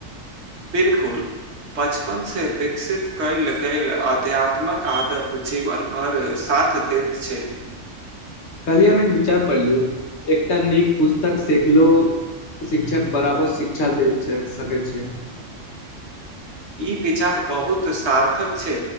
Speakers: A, on the right; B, on the left.
A: बिल्कुल बचपन से विकसित कैल गेल अध्यात्मक आदत जीवन भर साथ दैत छै।
B: कल्हि हम एक विचार पढ़लु एकटा नीक पुस्तक सेकलो शिक्षक बराबर शिक्षा देत छै, सकै छै।
A: ई विचार बहुत सार्थक छै